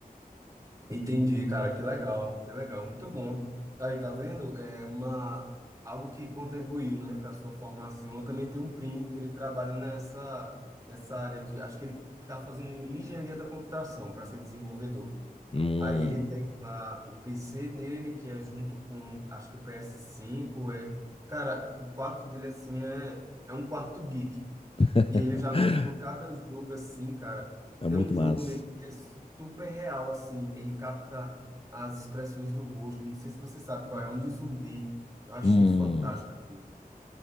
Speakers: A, on the right; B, on the left.
A: Entendi, cara, que legal, que legal, muito bom. Aí, tá vendo? É uma, algo que contribuiu, né, para sua formação. Eu também tenho um primo que ele trabalha nessa, nessa área de, acho que ele está fazendo engenharia da computação para ser desenvolvedor.
B: Hum.
A: Aí ele tem lá o PC dele, que é junto com, acho que o PS5, é... Cara, o quarto dele, assim, é, é um quarto geek.
B: <laughs>
A: E ele já mostrou cada jogo, assim, cara.
B: É
A: Tem
B: muito
A: um jogo
B: massa.
A: mesmo que é super real, assim. Ele capta as expressões do rosto. Não sei se você sabe qual é, é um de zumbi. Eu achei
B: Hum.
A: fantástico aquilo.